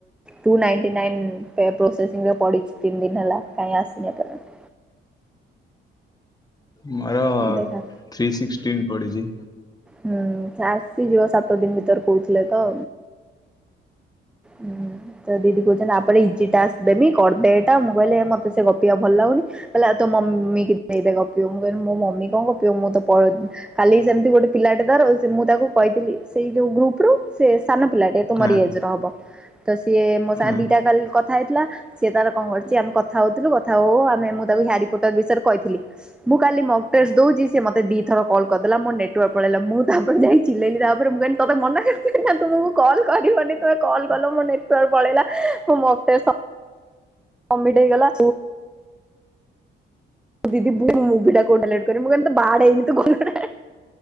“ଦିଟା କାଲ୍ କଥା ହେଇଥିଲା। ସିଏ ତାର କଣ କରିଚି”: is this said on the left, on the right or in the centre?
Centre